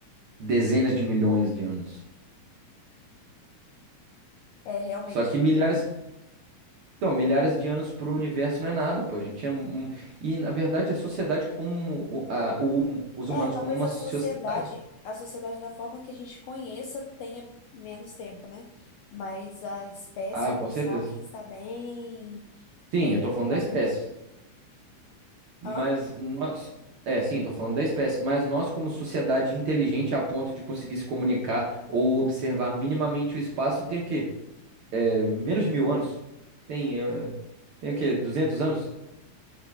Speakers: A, on the right; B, on the left.
A: Dezenas de milhões de anos.
B: é, realmente,
A: Só que
B: é muito
A: milhares
B: tempo.
A: Então, milhares de anos para o universo não é nada, pô. A gente é. um- um, E, na verdade, a sociedade como. o- a- o- os
B: É,
A: humanos
B: talvez
A: como uma
B: a
A: sociedade.
B: sociedade, a sociedade da forma que a gente conheça tenha menos tempo, né? Mas a espécie
A: Ah,
B: Homo
A: com
B: sapiens
A: certeza.
B: está bem,
A: Sim,
B: bem
A: eu tô falando
B: mais
A: da espécie.
B: antiga.
A: Mas
B: Hã?
A: nós. É, sim, tô falando da espécie. Mas nós, como sociedade inteligente a ponto de conseguir se comunicar ou observar minimamente o espaço, tem o quê? É, menos de mil anos? Tem. é, Tem o quê? duzentos anos?